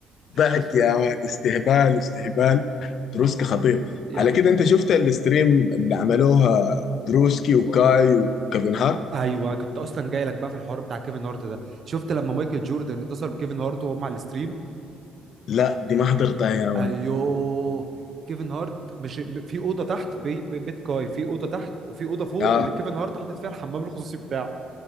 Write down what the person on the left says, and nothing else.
ضحك
يا مان استهبال استهبال دروسكي خطير
على
كده انت شفت الستريم اللي عملوها دروسكي وكاي وكيفن هارت
لا دي ما حضرتها يا مان
اه